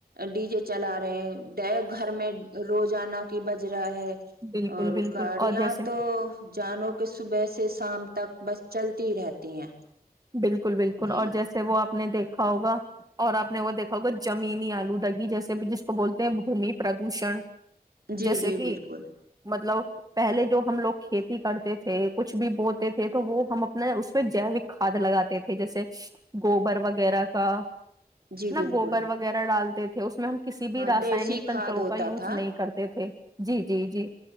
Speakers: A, on the right; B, on the right.
A: ڈی جے چلا رہے ہیں ڈے گھر میں روز جانا کی بجٹ رہ ہے
B: بالکل
A: اور
B: بالکل
A: گاڑیاں
B: اور جیسے
A: تو جانو کہ صبح سے شام تک بس چل رہتی ہیں
B: بالکل بالکل
A: جی
B: اور جیسے وہ آپ آپ نے دیکھا ہوگا اور آپ نے وہ دیکھا ہوگا جمینی آلودگی جیسے جس کو بولتے ہیں بھومی پردوشن
A: جی
B: جیسے
A: جی
B: کہ
A: بالکل
B: مطلب پہلے جو ہم لوگ کھیتی کرتے تھے کچھ بھی بولتے تھے تو وہ ہم اپنا اس میں جیوک کھاد لگاتے تھے جیسے گوبر وغیرہ کا
A: جی
B: نہ
A: بالکل
B: گوبر وغیرہ ڈالتے تے تھے اسم کسی
A: ہاں
B: بھی راسائنک
A: دیسی
B: تنتروں
A: کھاد ہوتا
B: کا یوز
A: تھا
B: نہیں کرتے تھے جی جی جی